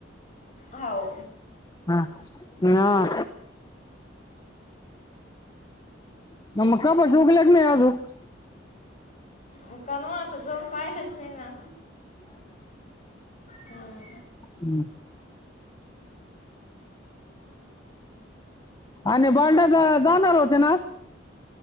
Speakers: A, on the left (about 40°); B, on the left (about 20°).
A: हाव
B: हा हा. <inaudible>
A: मग कनवाता जाऊन पाहिलंच नाही ना हम्.
B: हम्म आणि <unintelligible> जानार होते ना.